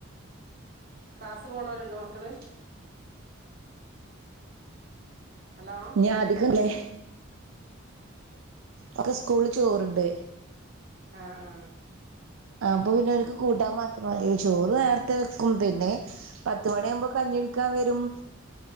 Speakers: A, on the right; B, on the right.
A: ക്ലാസ് പോണോരുണ്ടോ മക്കള് ഹലോ
B: ഞാൻ അധികല്ലേ അവരുടെ സ്കൂളിൽ ചോറുണ്ട്
A: ആഹ് ആഹ്
B: ആഹ് അപ്പോ പിന്നെ ഓൽക്ക് കൂട്ടാൻ മാത്രം ചോറ് നേരത്തെ വെക്കും പിന്നെ പത്ത് മണിയവുമ്പോ കഞ്ഞി ക്കാൻ വരും